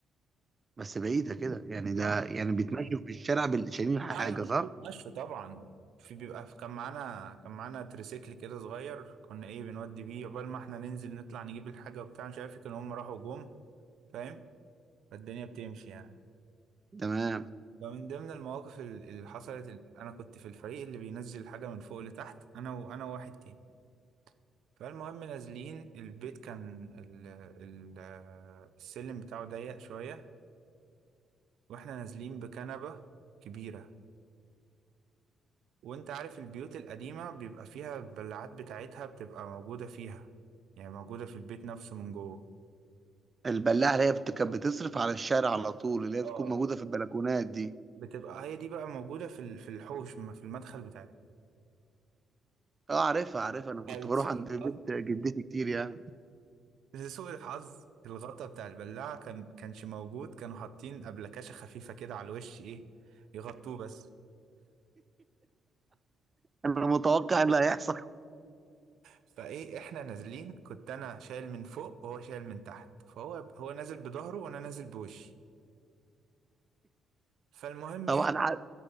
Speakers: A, on the right; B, on the right.
A: بس بعيدة كده يعني ده
B: اه
A: يعني بيتمشوا في الشارع بال- شايلين حاجة
B: لا لا
A: صح
B: مش بيتمشوا طبعا في بيبقى في كان معانا كان معانا تريسيكل كده صغير كنا ايه بنودي بيه عقبال ما احنا ننزل نطلع نجيب الحاجة وبتاع مش عارف كانوا هم راحوا جم فاهم فالدنيا بتمشي يعني
A: تمام
B: ومن ضمن المواقف ال- اللي حصلت إن انا كنت في الفريق اللي بينزل الحاجة من فوق لتحت انا وانا وواحد تاني فالمهم نازلين البيت كان ال ال السلم بتاعه ضيق شوية واحنا نازلين بكنبة كبيرة وانت عارف البيوت القديمة بيبقى فيها البلعات بتاعتها بتبقى موجودة فيها يعني موجودة في البيت نفسه من جوه
A: البلاعه اللي هي بت- كانت بتصرف على الشارع على طول اللي هي
B: اه
A: بتكون موجوده في البلكونات دي
B: بتبقى هي دي بقى موجودة في ال- في الحوش ما في المدخل بتاعنا
A: اه عارفها عارفها انا كنت
B: فلسوء
A: بروح عند
B: الحظ
A: بيت جدتي كتير يعني
B: لسوء الحظ الغطا بتاع البلاعة كان كانش موجود كانوا حاطين أبلكاشة خفيفة كده على الوش ايه يغطوه بس
A: انا متوقع اللي هيحصل <laughs>
B: فايه احنا نازلين كنت انا شايل من فوق وهو شايل من تحت فهو هو نازل بظهره وانا نازل بوشي فالمهم
A: طبعا عارف.